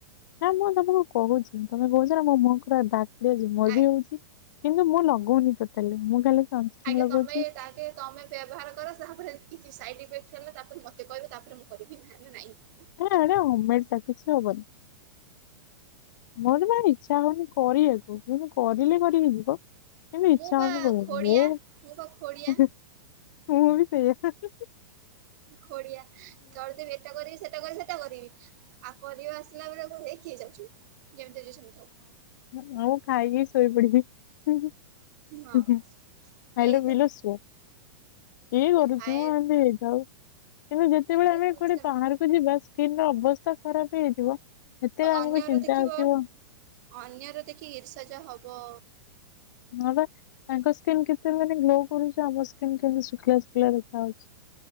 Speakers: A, on the left; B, on the right.
A: ନା ମୁଁ ତମକୁ କହୁଚି ତମେ କହୁଚ ନା ମୋ ମୁହଁର ଡାର୍କ ବ୍ଲେଶ ମର
B: ଆ
A: ବି ହଉଚି। କିନ୍ତୁ ମୁଁ ଲଗଉନି ଟୋଟାଲି ମୁଁ ଖାଲି ସନସ୍କ୍ରିନ୍
B: ଆଗେ
A: ଲଗଉଛି
B: ତମେ ତାହେକେ ତମେ ବ୍ୟବହାର କର ତାପରେ କିଛି ସାଇଡ ଇଫେକ୍ଟ ହେଲେ ତାପରେ ମତେ କହିବ ତାପରେ ମୁଁ କରିବି ନହେଲେ ନାଇଁ।
A: ହଁ ଆରେ ହମ ମେଡ ସା କିଛି ହବନି। ମୋର ପା ଇଚ୍ଛା ହଉନି କରିବାକୁ କିନ୍ତୁ କରିଲେ କରି ହେଇଯିବ। କାହିଁକି ନା ଇଚ୍ଛା
B: ମୁଁ ପା
A: ହେଉନି କରିବାକୁ
B: ଖୋଡିଆ ମୁଁ ପା ଖୋଡିଆ
A: ହେ ମୁଁ ବି ସେଇୟା ହୁଁ ହୁଁ।
B: ଖଡ଼ିଆ କରିଦେବି ଏଟା କରିବି ସେଟା କରିବି ସେଟା କରିବି ଆଉ କରିବା ଆସିଲା ବେଳେକୁ ହେ କିଏ ଯାଉଚି ଯେମିତି ଅଛି ସେମିତି ଥାଉ।
A: ମୁ ମୁଁ ଖାଇକି ଶୋଇ ପଡ଼ିବି। ହୁ
B: ହଁ।
A: ହୁ
B: ସେଇବା
A: ଖାଇଲ ପିଇଲ ସୁଅ। କିଏ କରୁଚି
B: ଖାଏ
A: ମୋ ଏମତି ହେଇଥାଉ କିନ୍ତୁ ଯେତେବେଳେ
B: ଏ
A: ଆମେ
B: ତୁ
A: କୁଆଡ଼େ
B: ସେମିତି
A: ବାହାରକୁ କୁ ଯିବା ସ୍କ୍ରିନ୍ ର ଅବସ୍ଥା ଖରାପ୍ ହେଇ ଯାଇଥିବ ସେତେବେଳେ ଆମକୁ
B: ଅନ୍ୟର
A: ଚିନ୍ତା
B: ଦେଖିବ
A: ଆସିବ
B: ଅନ୍ୟର ଦେଖିକି ଈର୍ଷା ଯୋ ହବ।
A: ହଁ ପା ତାଙ୍କ ସ୍କିନ୍ କେତେ ମାନେ ଗ୍ଲୋ କରୁଚି ଆମ ସ୍କିନ୍ କେମତି ଶୁଖିଲା ଶୁଖିଲା ଦେଖା ଯାଉଚି।